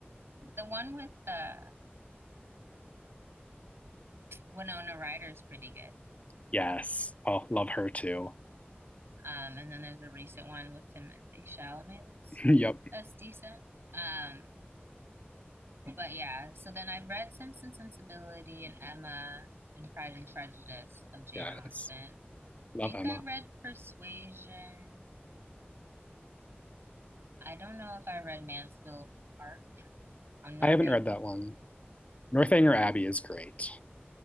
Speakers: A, on the right; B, on the left.
A: the one with the Winona Ryder is pretty good.
B: Yes. Oh, love her too.
A: Um, and then there's a recent one with Timothy Chalamet. That's
B: <laughs> Yep.
A: that's decent. Um, but yeah. So then I read Sense and Sensibility and Emma and Pride and Prejudice of Jane
B: Yes.
A: Austen. I
B: Love
A: think
B: Emma.
A: I read Persuasion. I don't know if I read Mansfield Park or Northing.
B: I haven't read that one. Northanger Abbey is great.